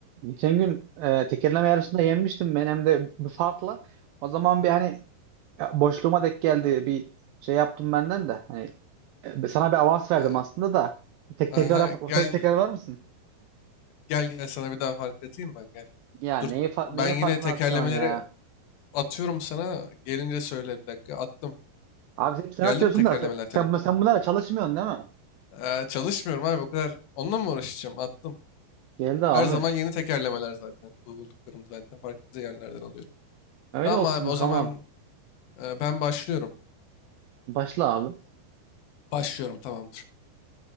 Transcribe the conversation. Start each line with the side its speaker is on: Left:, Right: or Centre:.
Right: Geçen gün e, tekerleme yarışında yenmiştim ben hem de bir farkla. O zaman bir hani e, boşluğuma denk geldi bir şey yaptım benden de. Hani e, sana bir avans verdim
Left: Eee,
Right: aslında da. Tek tekrar
Left: aha,
Right: yap
Left: gel
Right: tek tekrar var mısın?
Left: gel gel sana bir daha fark atayım ben gel.
Right: Ya
Left: Dur
Right: neyi fa-
Left: ben
Right: neyin
Left: yine
Right: farkına
Left: tekerlemeleri
Right: atıyorsun ya?
Left: atıyorum sana. Gelince söyle bir dakika. Attım.
Right: Abi hep sen
Left: Geldi
Right: atıyorsun
Left: mi tekerlemeler
Right: da sen,
Left: telefonla?
Right: sen, bu- sen bunlara çalışmıyorsun değil mi?
Left: Eee, çalışmıyorum abi o kadar. Onunla mı uğraşacağım? Attım.
Right: Geldi abi.
Left: Her zaman yeni tekerlemeler zaten. Bu Bulduklarım zaten farklı yerlerden alıyorum.
Right: Öyle
Left: Tamam
Right: olsun
Left: abi o
Right: bakalım.
Left: zaman eee, ben başlıyorum.
Right: Başla abi.
Left: Başlıyorum tamamdır.